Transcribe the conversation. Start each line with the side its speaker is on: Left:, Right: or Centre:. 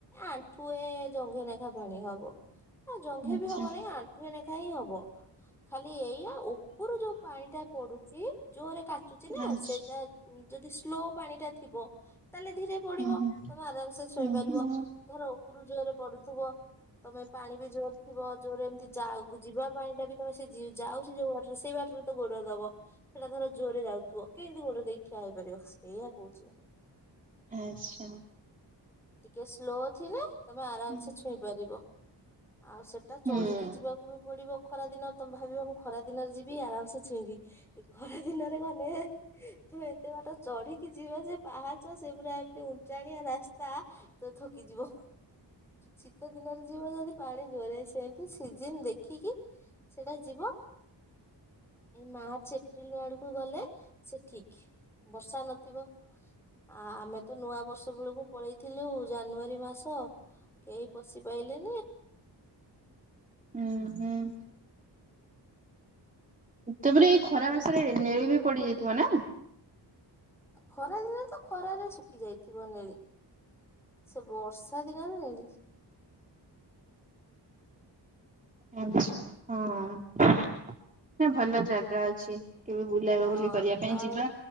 Centre: ଆଣ୍ଠୁଏ ଜଙ୍ଘେନେଖା ପାଣି ହବ। ଆ ଜଙ୍ଘି
Right: ଆଚ୍ଛା
Centre: ବି ହବ ନାଇଁ ଆଣ୍ଠୁଏ ଲେଖା ହିଁ ହବ। ଖାଲି ଏଇଆ ଉପରୁ ଯୋଉ ପାଣି ଟା ପଡୁଛି ଜୋରୋ କା
Right: ଆଚ୍ଛା
Centre: ସେଇଟା ଯଦି ସ୍ଲୋ ପାଣି ଟା ଥିବ ତାହେଲେ ଧୀରେ ପଡିବ।
Right: ହୁଁ
Centre: ତମେ ଆରାମସେ ଛୁଇଁ
Right: ହୁଁ
Centre: ପାରିବ
Right: ହୁଁ ହୁଁ।
Centre: ଧର ଉପରୁ ଜୋରେ ପଡୁଥିବ ତମେ ପାଣି ବି ଜୋର ଥିବ ଯୋଉରା ଏମିତି ଯାଉ ଯିବା ପାଣି ଟା ବି ତମେ ସେ ଯାଉଛି ଯୋଉ ବାଟରେ ସେ ସେଇ ବାଟରେ ତ ଗୋଡ ଦବ ସେଇଟା ଧର ଜୋରରେ ଯାଉ ତୁ କେମିତି ଗୋଡରେ ଦେଇଠିଆ ହେଇପାରିବ। ଏଇଆ କହୁଛି।
Right: ଆଚ୍ଛା
Centre: ଟିକେ ସ୍ଲୋ ଥିଲେ ତମେ ଆରାମସେ
Right: ହୁଁ ହୁଁ।
Centre: ଛୁଇଁ ପାରିବ ଆଉ ସେଟା ଚଢିକି
Right: ଓହୋ
Centre: ଯିବାକୁ ବି ପଡିବ ଖରାଦିନ ଭାବିବ ମୁଁ ଖରା ଦିନରେ ଯିବି ଆରାମ ସେ ଛୁଇଁବି ଖରା ଦିନରେ ଗଲେ ତୁମେ ଏତେ ବାଟ ଚଢିକି ଯିବ ଯେ ପାହାଚ ସେ ପୁରା ଏମିତି ଉଞ୍ଚାଣିଆ ରାସ୍ତା ଆ ଥକି ଯିବ ଶୀତ ଦିନରେ ଯିବ ଯଦି ପାଣି ଜୋରେ ଆସି ସେମିତି ସିଜିନ ଦେଖିକି ସେଟା ଯିବ। ଏଇ ମାର୍ଚ୍ଚ ଏପ୍ରିଲ ଆଡକୁ ଗଲେ ସେ ଠିକ ବର୍ଷା ନଥିବ ଆ ଆମେ ତ ନୂଆ ବର୍ଷ ବେଳକୁ ଥିଲୁ। ଜାନୁଆରୀ ମାସ। କେହି ପଶିପଲେନି
Right: ହଁ ହଁ। ତାପରେ ଏଇ ଖରା ମାସରେ ନେଳି ବି ପଡିଯାଇଥିବ ନା
Centre: ଖରା ଦିନରେ ତ ଖରାରେ ଶୁଖି ଯାଇଥିବ ନେଳି ସେ ବର୍ଷା ଦିନରେ ନେଳି
Right: ଆଛା ହଁ ନା ଭଲ ଜାଗା ଅଛି। କେବେ ବୁଲାଇବା
Centre: ହଁ
Right: ବୁଲି କରିବା ପାଇଁ
Centre: ଆଉ
Right: ଯିବା